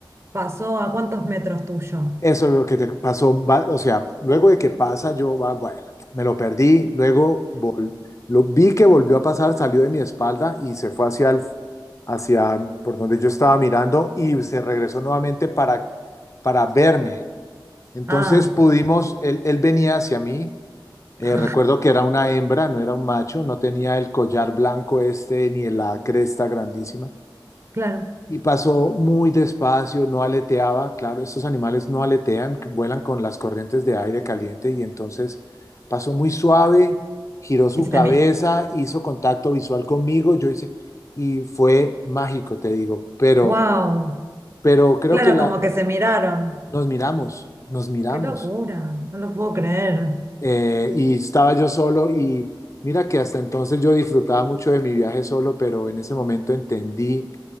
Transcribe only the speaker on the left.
Eso es lo que te pasó, va- o sea, luego de que pasa, yo, va, bueno, me lo perdí, luego vol- lo, vi que volvió a pasar, salió de mi espalda y se fue hacia, el, hacia mm, por donde yo estaba mirando y se regresó nuevamente para, para verme. Entonces
pudimos, él, él venía hacia mí, eh,
recuerdo que era una hembra, no era un macho, no tenía el collar blanco este ni la cresta grandísima.
Y pasó muy despacio, no aleteaba, claro, estos animales no aletean, que vuelan con las corrientes de aire caliente y entonces pasó muy suave, giró su
cabeza,
hizo contacto visual conmigo, yo hice, y fue mágico, te digo, pero,
pero creo
que la,
nos miramos, nos miramos,
eh, y estaba yo solo y mira que hasta entonces yo disfrutaba mucho de mi viaje solo, pero en ese momento entendí